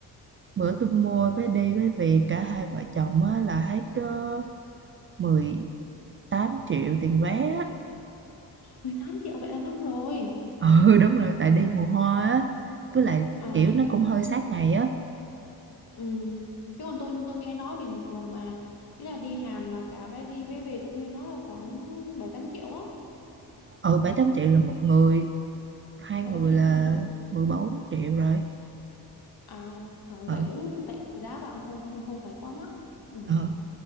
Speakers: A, on the right; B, on the left.
A: bữa tôi mua vé đi với về cả hai vợ chồng á là hết có mười tám triệu tiền vé á
B: mười tám triệu vậy là mắc rồi.
A: <laughs> ừ đúng rồi tại đi mùa hoa á với lại
B: Ờ
A: kiểu nó cũng hơi sát ngày á
B: Ừ. Chứ còn tôi tôi nghe nói bình thường mà ý là đi Hàn và cả vé đi vé về tôi nghe nói là khoảng 7 8 triệu á.
A: ừ bảy tám triệu là một người hai
B: Rồi
A: người
B: bảy
A: là
B: tám triệu một
A: 14 triệu rồi
B: à ờ,
A: ờ
B: vậy cũng tại giá bạn không không không phải quá mắc. Ừ.
A: ờ